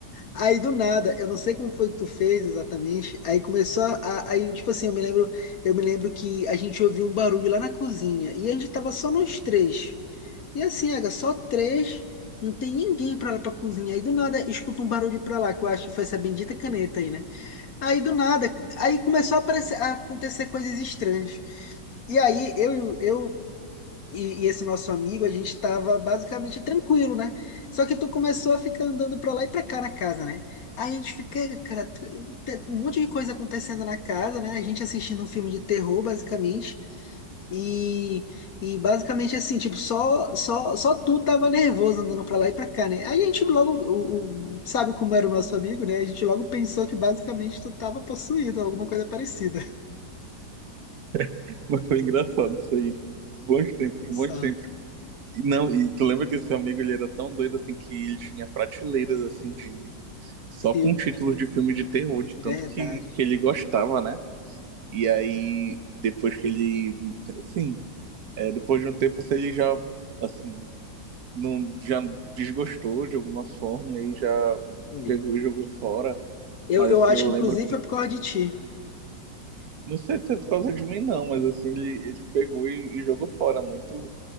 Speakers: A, on the left; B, on the right.
A: Aí do nada, eu não sei como foi que tu fez exatamente. Aí começou a, a- aí tipo assim, eu me lembro, eu me lembro que a gente ouviu um barulho lá na cozinha e a gente tava só nós três. E assim, Aga, só três, não tem ninguém pra lá pra cozinha. Aí do nada, escuta um barulho pra lá, que eu acho que foi essa bendita caneta aí, né? Aí do nada, aí começou a aparecer, a acontecer coisas estranhas. E aí eu, eu e, e esse nosso amigo, a gente estava basicamente tranquilo, né? Só que tu começou a ficar andando pra lá e pra cá na casa, né? Aí a gente fica, "Ei, cara, t- t- um monte de coisa acontecendo na casa, né? A gente assistindo um filme de terror, basicamente. E, e basicamente assim, tipo, só, só, só tu tava nervoso andando pra lá e pra cá, né? Aí a gente logo, o, o- sabe como era o nosso amigo, né? A gente logo pensou que basicamente tu tava possuído, alguma coisa parecida. <laughs>
B: <laughs> mas foi engraçado isso aí. Bons tempos, bons
A: Essa
B: tempos. E não, e tu lembra que esse amigo ele era tão doido assim que ele tinha prateleiras assim de só
A: filme,
B: com títulos de filme de terror, de
A: verdade.
B: tanto que, que ele gostava, né? E aí, depois que ele, assim, é, depois de um tempo, se ele já, assim, não, já desgostou de alguma forma, e aí já
A: Ui.
B: pegou e jogou fora.
A: Eu,
B: Mas,
A: eu
B: assim,
A: acho
B: eu
A: que
B: lembro
A: inclusive
B: que,
A: foi por causa de ti.
B: não sei se é por causa de mim, não, mas, assim, ele, ele pegou e, e jogou fora muito,